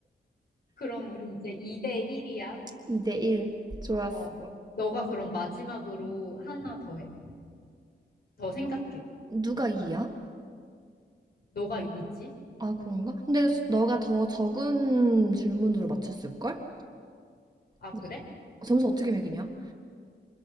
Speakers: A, on the left (about 55°); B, on the right (about 20°).
A: 그럼 우리 이제 2대 1이야.
B: 2대1. 좋았어.
A: 어, 너가 그럼 마지막으로 하나 더 해. 더 생각해.
B: 누가 이야
A: 너가 이지?
B: 아, 그런가? 근데 수- 너가 더 적은 질문으로 맞췄을걸?
A: 아,
B: 근데
A: 그래?
B: 점수 어떻게 매기냐?